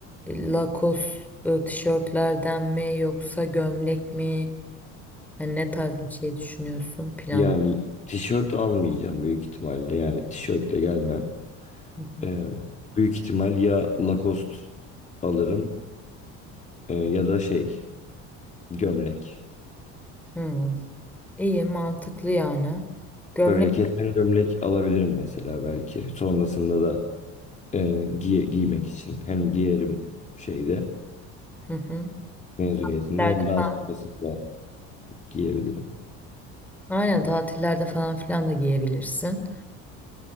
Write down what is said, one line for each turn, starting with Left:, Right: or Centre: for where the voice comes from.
Centre: e, Lacoste e, tişörtlerden mi yoksa gömlek mi? Hani ne tarz bir şey düşünüyorsun plan?
Left: Yani tişört almayacağım büyük ihtimalle yani tişörtle gelmem.
Centre: Hı hı.
Left: Ee, büyük ihtimal ya Lacoste alırım e, ya da şey gömlek.
Centre: Hı. İyi mantıklı yani. Gömlek
Left: Böyle keten gömlek alabilirim mesela belki. Sonrasında da e, giy- giymek için. Hem giyerim şeyde
Centre: hı hı.
Left: mezuniyetinde
Centre: Tatillerde
Left: hem daha
Centre: falan-
Left: sonrasında giyebilirim.
Centre: Aynen tatillerde falan filan da giyebilirsin.